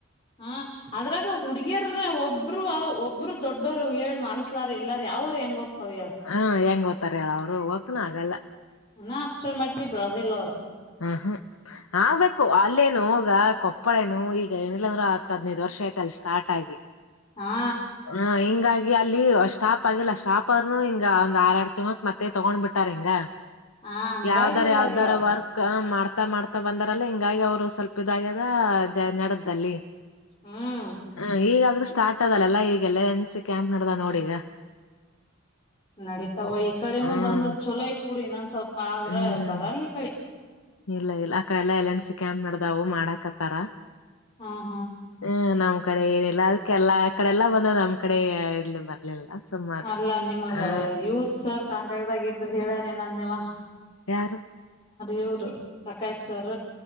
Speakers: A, on the left (about 25°); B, on the left (about 80°).
A: ಹ ಅದ್ರಾಗ ಹುಡುಗಿಯರ ಒಬ್ರು ಒಬ್ರು ದೊಡ್ಡೋರು ಹೇಳ್ ಮಾಡ್ಸ್ಲಾರ ಇಲ್ಲಾರ ಯಾವರು ಹೆಂಗ ಹೇಳ
B: ಹಾ ಹೆಂಗ ಓ್ತರ ಹೇಳ ಅವರು ಹತನ ಆಗಲ್ಲ
A: ಇನ ಅಷ್ಟ್ರ ಮಟ್ಟಿ ಬೆಳದಿಲ್ಲ ಅವರು
B: ಹ್ಮ್ ಹ್ಮ್ ಆಗ್ಬೇಕು ಅಲ್ಲೇನು ಹೋಗ ಕೊಪ್ಪಳ ನು ಈಗ ಏನಿಲ್ಲಾ ಅಂದ್ರ ಆ ಹ ಹದಿನೈದು ವರ್ಷ ಆಯತಲ್ಲ ಸ್ಟಾರ್ಟ್ ಆಗಿ
A: ಹಾ
B: ಹ ಹ ಹಾಗ ಅಲ್ಲಿ ಸ್ಟಾಪ್ ಆಗಿಲ್ಲ ಸ್ಟಾಪ್ರ್ನು ಹಿಂಗ ಒಂದ್ ಆರ ಆರಡು ತಿಂಳಕ್ ಮತ್ತೆ ತಗೊಂಡ್ ಬಿಟ್ಟಾರ್ ಹಿಂಗ
A: ಹ ಹಂಗಾಗಿದಾಗ್ಯಾವ
B: ಯಾವ್ದಾರ ಯಾವ್ದಾರ ವರ್ಕ್ ಹ ಮಾಡ್ತಾ ಮಾಡ್ತಾ ಬಂದಾರಲ್ಲ ಹಿಂಗಾಗಿ ಅವ್ರು ಸ್ವಲ್ಪ ಇದಾಗ್ಯದ ಜ ನೆಡ್ದಲ್ಲಿ
A: ಹ್ಮ್
B: ಹಾ ಈಗ ಸ್ಟಾರ್ಟ್ ಅದಲ್ಲಲ್ಲಾ ಈಗೆಲ್ಲ ಎಂಡಸ ಕ್ಯಾಂಪ್ ನಡ್ದ ನೋಡಿ ಈಗ
A: ನಡೀತಾವ ಈ ಕಡೆನುೂ
B: ಹ್ಮ್
A: ಬಂದ್ರ ಚೊಲೋ ಆಯ್ತ್ ಬಿಡು ಇನ್ನೊಂದ್ ಸ್ವಲ್ಪ ಆದ್ರ
B: ಹ್ಮ್
A: ಬರಲ್ ಈ ಕಡೆ
B: ಇಲ್ಲ ಇಲ್ಲ ಅಕಡೆ ಎಲ್ಲಾ ಎಲ್ ಎನ್ ಸಿ ಕ್ಯಾಂಪ್ ನಡ್ದವು ಮಾಡಾಕತ್ತಾರ
A: ಹ್ಮ ಹ್ಮ್
B: ಹ ನಮ್ ಕಡೆ ಏನಿಲ್ಲ ಅದಕ್ಕೆಲ್ಲಾ ಆ ಕಡೆಲ್ಲ ಬಂದ ನಮ್ಮ ಕಡೆ ಇಲ್ಲಿ ಬರ್ಲಿಲ್ಲ. ಸುಮ್ಮಾದೆ
A: ಅಲ್ಲಾ ನಿಮಗ
B: ಹಾ
A: ಇವ್ರ ಸರ್ ಕಾಂಟ್ಯಾಕ್ಟದಾಗ ಇದ್ರರು ಹೇಳಾರ ಏನ ಅನ್ನೆವಾ
B: ಯಾರು
A: ಇವರು ಪ್ರಕಾಶ್ ಸರ್